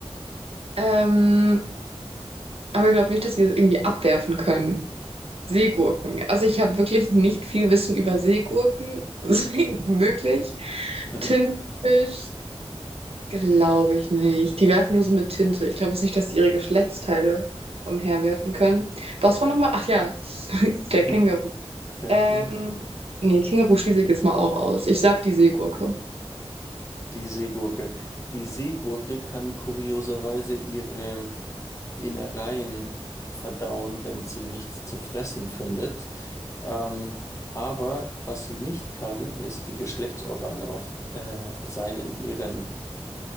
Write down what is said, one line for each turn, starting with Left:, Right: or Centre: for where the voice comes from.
Right: Ähm, aber ich glaube nicht, dass wir das irgendwie abwerfen können. Seegurken. Also ich habe wirklich nicht viel Wissen über Seegurken. <laughs> Deswegen möglich.
Left: Mhm.
Right: Tintenfisch, glaube ich nicht. Die werfen nur so mit Tinte. Ich glaube jetzt nicht, dass die ihre Geschlechtsteile umherwerfen können. Was war nochmal? Ach ja, <laughs> der
Left: <laughs>
Right: Känguru.
Left: Der
Right: Ähm,
Left: Känguru.
Right: Nee, Känguru schließe ich jetzt mal auch aus. Ich sag die Seegurke.
Left: Die Seegurke. Die Seegurke kann kurioserweise ihre Innereien verdauen, wenn sie nichts zu fressen findet. Ähm, aber was sie nicht kann, ist die Geschlechtsorgane auf äh, seinen, ihren,